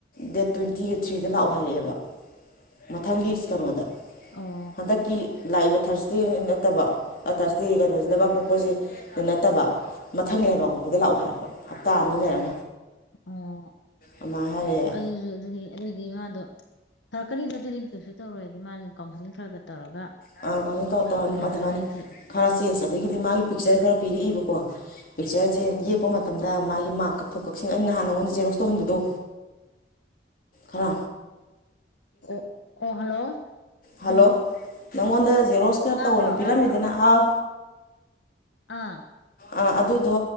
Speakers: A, on the left; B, on the left.
A: ꯗꯦꯠ ꯇ꯭ꯋꯦꯟꯇꯤ ꯑꯩꯠ ꯊ꯭ꯔꯤꯗ ꯂꯥꯛꯑꯣ ꯍꯥꯏꯔꯛꯑꯦꯕ ꯃꯊꯪꯒꯤ ꯀꯩꯅꯣꯗ
B: ꯑꯣ
A: ꯍꯟꯗꯛꯀꯤ ꯂꯥꯏꯕ ꯊꯔꯁꯗꯦ ꯅꯠꯇꯕ ꯊꯔꯁꯗꯦ ꯀꯩꯅꯣꯁꯦ ꯂꯩꯕꯥꯛ ꯄꯣꯛꯄꯁꯤ ꯅꯠꯇꯕ ꯃꯊꯪꯅꯦꯕꯀꯣ ꯗ ꯂꯥꯛꯑꯣ ꯍꯥꯏ ꯍꯞꯇꯥ ꯑꯅꯤ ꯂꯩꯔꯒ
B: ꯑꯥ
A: ꯑꯗꯨꯃꯥꯏꯅ ꯍꯥꯏꯔꯛꯑꯦ
B: ꯑꯗꯨ ꯑꯗꯨꯗꯤꯃꯗꯣ ꯐꯔꯛꯀꯅꯤꯗ ꯑꯗꯨꯗꯤ ꯀꯩꯁꯨ ꯇꯧꯔꯣꯏꯗꯤ ꯃꯥ ꯑꯗꯨꯝ ꯀꯥꯎꯟꯁꯤꯂꯤꯡ ꯈꯔ ꯈꯔ ꯇꯧꯔꯒ
A: ꯀꯩꯅꯣ ꯇꯧꯔ ꯇꯧꯔ
B: ꯐꯖꯔꯛꯀꯅꯤꯗꯤ
A: ꯑꯗꯨꯝ ꯑꯗꯨꯃꯥꯏꯅ ꯈꯔ ꯆꯦꯟꯁ ꯑꯗꯒꯤꯗꯤ ꯃꯥꯒꯤ ꯄꯤꯛꯆꯔ ꯈꯔ ꯄꯤꯔꯛꯏꯕꯀꯣ ꯄꯤꯛꯆꯔꯁꯦ ꯌꯦꯛꯄ ꯃꯇꯝꯗ ꯃꯥꯒꯤ ꯃꯥꯔꯛ ꯀꯛꯊꯣꯛ ꯀꯛꯁꯤ ꯑꯩꯅ ꯅꯍꯥꯟ ꯅꯉꯣꯟꯗ ꯖꯦꯔꯣꯛꯁ ꯇꯧꯍꯟꯕꯗꯣ ꯑ
B: ꯑꯣ ꯑꯣ ꯍꯜꯂꯣ
A: ꯍꯜꯂꯣ
B: ꯎꯝ
A: ꯅꯪꯉꯣꯟꯗ ꯖꯦꯔꯣꯁ ꯈꯔ
B: ꯇꯥꯕ꯭ꯔꯣ
A: ꯇꯧꯕꯅ ꯄꯤꯔꯝꯃꯤꯗꯅ ꯑꯥ
B: ꯑꯥ
A: ꯑ ꯑꯗꯨꯗꯣ